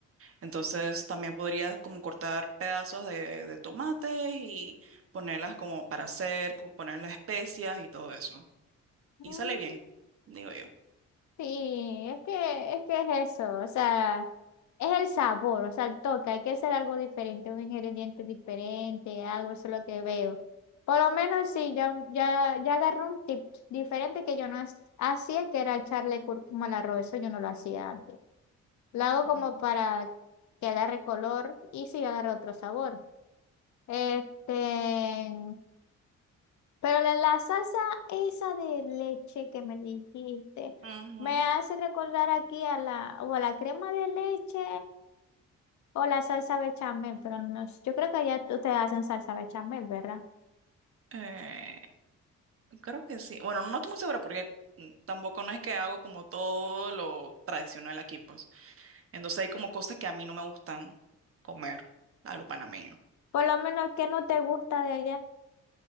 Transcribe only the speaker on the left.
Mm,
Sí, es que, es que es eso, o sea, es el sabor, o sea, el toque, hay que hacer algo diferente, un ingrediente diferente, algo, eso es lo que veo. Por lo menos sí, ya, ya, ya agarré un tip diferente que yo no es- hacía, que era echarle cúrcuma al arroz, eso yo no lo hacía antes. La hago
como para que agarre color y sí agarre otro sabor. Este, pero la, la salsa esa de leche que me dijiste,
me hace recordar aquí a la, o a la crema de leche o la salsa bechamel, pero no, sé, yo creo que allá ustedes hacen salsa bechamel, ¿verdad?
Por lo menos que no te gusta de allá.